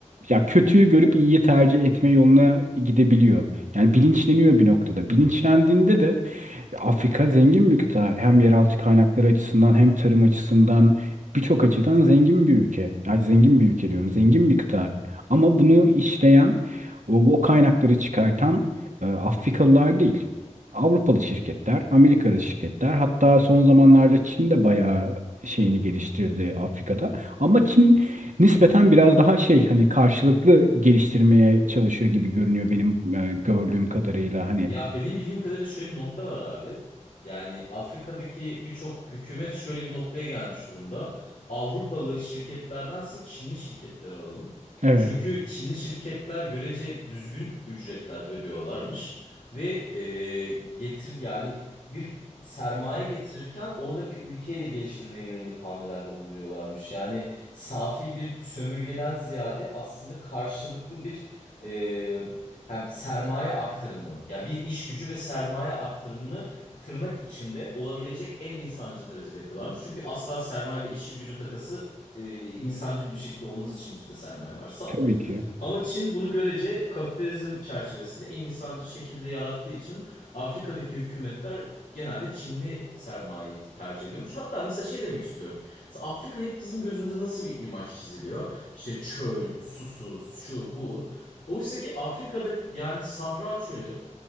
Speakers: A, on the right; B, on the left.
A: ya kötüyü görüp iyiyi tercih etme yoluna gidebiliyor. Yani bilinçleniyor bir noktada. Bilinçlendiğinde de Afrika zengin bir kıta. Hem yeraltı kaynakları açısından hem tarım açısından birçok açıdan zengin bir ülke. Ay zengin bir ülke diyorum. Zengin bir kıta. Ama bunu işleyen, o, o kaynakları çıkartan e, Afrikalılar değil. Avrupalı şirketler, Amerikalı şirketler. Hatta son zamanlarda Çin de bayağı şeyini geliştirdi Afrika'da. Ama Çin nispeten biraz daha şey hani karşılıklı geliştirmeye çalışıyor gibi görünüyor benim e, gördüğüm kadarıyla. Hani
B: Ya benim bildiğim kadarıyla şöyle bir nokta var abi. Yani Afrika'daki birçok hükümet şöyle bir noktaya gelmiş durumda. Avrupalı şirketlerdense Çinli şirketleri alalım.
A: Evet,
B: Çünkü Çinli şirketler görece düzgün ücretler ödüyorlarmış ve e, getir yani bir sermaye getirirken oradaki ülkeyi de geliştirmeye yönelik hamlelerde bulunuyorlarmış. Yani safi bir sömürgeden ziyade aslında karşılıklı bir e, hem sermaye aktarımı ya bir iş gücü ve sermaye aktarımını tırnak içinde olabilecek en insancıl derecede yapıyorlarmış. Çünkü asla sermaye ve işçi gücü takası e, insancıl bir şekilde olmaz için içinde sermaye varsa.
A: tabii ki.
B: Ama Çin bunu görece kapitalizm çerçevesinde en insancıl şekilde yarattığı için Afrika'daki hükümetler genelde Çinli sermayeyi tercih ediyormuş. Hatta mesela şey demek istiyorum. Mesela Afrika hep bizim gözümüze nasıl bir imaj çiziliyor? İşte çöl, susuz, şu bu. Oysa ki Afrika'da yani Sahra Çölü